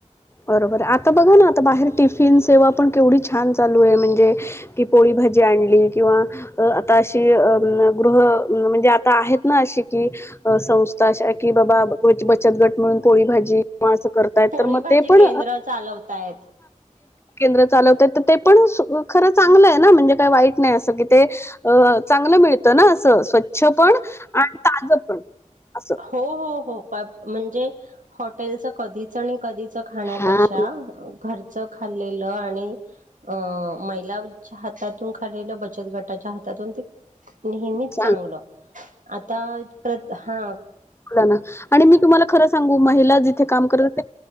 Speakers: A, on the left; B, on the right.
A: बरोबर आहे आता बघा ना आता बाहेर टिफिन सेवा पण केवढी छान चालू आहे म्हणजे की पोळी भजी आणली किंवा आता अशी अ गृह म्हणजे आता आहेत ना अशी की संस्था अशा आहे की बाबा बचत गट म्हणून पोळी भाजी किंवा अस करतायत
B: पोळी
A: तर मग
B: भाजी
A: ते पण
B: केंद्र चालवतायत.
A: केंद्र चालवत ते पण खरं चांगलं आहे ना म्हणजे काही वाईट नाही असं की ते चांगलं मिळतं ना असं स्वच्छ पण आणि ताज पण असं.
B: हो हो हो म्हणजे हॉटेलच कधीच आणि कधीच खाण्यापेक्षा
A: हां.
B: घरचं खाल्लेलं आणि अं महिलाच्या हातातून खाल्लेलं बचत गटाच्या हातातून ते नेहमीच
A: छान
B: चांगलं आता हा
A: बला ना आणि मी तुम्हाला खरं सांगू महिला जिथे काम करत